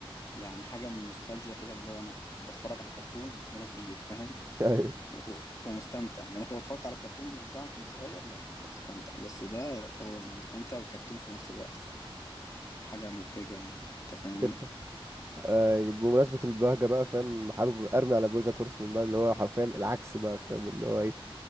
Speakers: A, on the left; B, on the right.
A: يعني حاجة من النوستالجيا كده اللي هو أنا باتفرج على كرتون وأنا كبير فاهم
B: <laughs> ايوه
A: و- ومستمتع لانك لو اتفرجت على كرتون بتاعك كنت صغير لا مش هتستمتع بس ده اه انا مستمتع وكرتون في نفس الوقت فحاجة مبهجة يعني انت فاهمني
B: جدا آه يعني بمناسبه البهجه بقى فاهم حابب ارمي على بوجاك هورسمان بقى اللي هو حرفيا العكس بقى فاهم اللي هو ايه